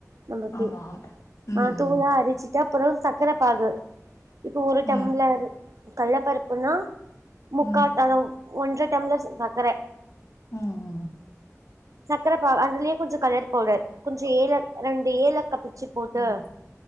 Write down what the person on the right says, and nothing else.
நமக்கு
ஆ
தூளா அரச்சி ட்டு அப்றோ சக்கர பாகு இப்ப ஒரு டம்ளர்
கல்லப்பருப்புனா முக்காடளவு
ஒன்ற டம்ளர் சக்கர
சக்கர பாகு அதுலயே கொஞ்ச கலர் பவுடர் கொஞ்ச ஏல ரெண்டு ஏல க பிச்சு போட்டு